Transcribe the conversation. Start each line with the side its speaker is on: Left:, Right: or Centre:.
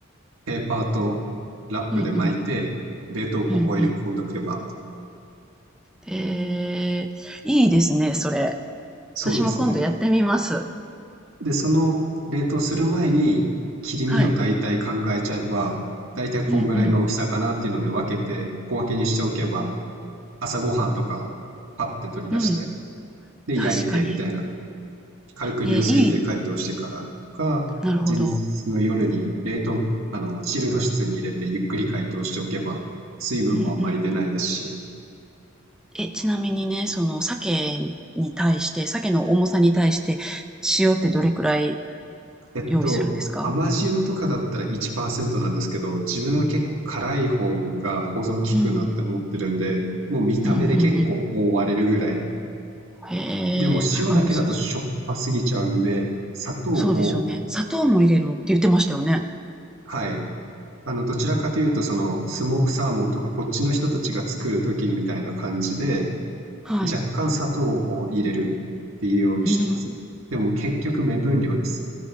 Right: ペーパーとラップで巻いて、
Centre: うんうん。
Right: 冷凍庫を入れ込んでおけば、
Centre: うんうん。えー、いいですね、それ。
Right: そうですね。
Centre: 私も今度やってみます。
Right: で、その冷凍する前に切り身を大体考えちゃえば、
Centre: はい。
Right: 大体こんぐらいの大きさかなっていうので分けて小分けにしておけば、
Centre: うんうん。
Right: 朝ごはんとかパッて取り出して、
Centre: うん。
Right: で、
Centre: 確かに。
Right: 焼いてみたいな。軽く流水で解凍してからとか、
Centre: えー、いい。なるほど。
Right: 前日の夜に冷凍、あの、チルド室に入れてゆっくり解凍しておけば、水分もあんまり出ないですし、
Centre: うんうんうん。え、ちなみにね、その鮭に対して、鮭の重さに対して、塩ってどれくらい
Right: えっと、
Centre: 用意するんですか
Right: 甘塩とかだったら1%なんですけど、自分は結構辛い方が保存効くなって思ってるんで、
Centre: うん。
Right: もう見た目で結構覆われるぐらい。
Centre: うん、うんうん。へえ。
Right: でも塩だけだとしょっぱすぎちゃうんで、
Centre: あ、もう、そう、
Right: 砂糖を、
Centre: そうでしょうね。砂糖も入れるって言ってましたよね。
Right: はい。あの、どちらかというと、その、スモークサーモンとか、こっちの人たちが作る時みたいな感じで、
Centre: はい。
Right: 若干砂糖を入れるっていうようにしてます。
Centre: うん。
Right: でも結局目分量です。